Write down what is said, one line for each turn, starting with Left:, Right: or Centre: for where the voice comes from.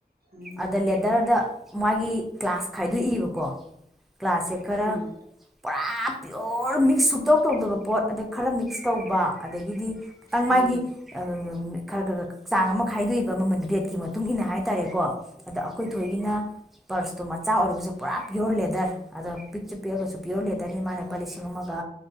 Right: ꯎꯝ
Centre: ꯑꯗ ꯂꯦꯗꯔꯗ ꯃꯥꯒꯤ ꯀ꯭ꯂꯥꯁ ꯈꯥꯏꯗꯣꯛꯏꯕꯀꯣ ꯀ꯭ꯂ꯭ꯂꯥꯁꯁꯦ ꯈꯔ
Right: ꯎꯝ
Centre: ꯄꯨꯔꯥ ꯄꯤꯌꯣꯔ ꯃꯤꯛꯁ ꯁꯨꯛꯇꯧ ꯇꯧꯗꯕ ꯄꯣꯠ ꯑꯗ ꯈꯔ ꯃꯤꯛꯁ ꯇꯧꯕ ꯑꯗꯒꯤꯗꯤ ꯈꯤꯇꯪ ꯃꯥꯒꯤ
Right: ꯎꯝ
Centre: ꯈꯔ ꯈꯔ ꯆꯥꯡ ꯑꯃ ꯈꯥꯏꯗꯣꯛꯏꯕ ꯃꯃꯜ ꯔꯦꯠꯀꯤ ꯃꯇꯨꯡ ꯏꯟꯅ ꯍꯥꯏꯇꯥꯔꯦꯀꯣ ꯑꯗ ꯑꯩꯈꯣꯏꯊꯣꯏꯒꯤꯅ ꯄꯔꯁꯇꯣ ꯃꯆꯥ ꯑꯣꯏꯔꯒꯁꯨ ꯄꯨꯔꯥ ꯄꯤꯌꯣꯔ ꯂꯦꯗꯔ ꯑꯗꯣ ꯄꯤꯛꯁꯨ ꯄꯤꯛꯑꯒꯁꯨ ꯄꯤꯌꯣꯔ ꯂꯦꯗꯔꯅꯤ ꯃꯥꯅ
Right: ꯑꯣ
Centre: ꯂꯨꯄꯥ ꯂꯤꯁꯤꯡ ꯑꯃꯒ